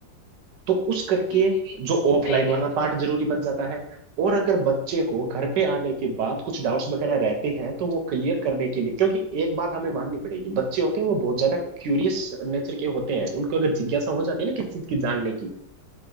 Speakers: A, on the right; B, on the left.
A: तो उस करके
B: जी जी जी
A: जो ऑफलाइन
B: सही
A: वाला
B: कह रहे हो
A: पार्ट जरूरी बन जाता है और अगर बच्चे को घर पे आने के बाद कुछ डाउट्स वगैरह रहते हैं तो वो क्लियर करने के लिए क्योंकि एक बात हमें माननी पड़ेगी बच्चे होते हैं वो बहुत ज्यादा क्यूरियस नेचर के होते हैं उनको अगर जिज्ञासा हो जाती है ना किसी चीज की जानने की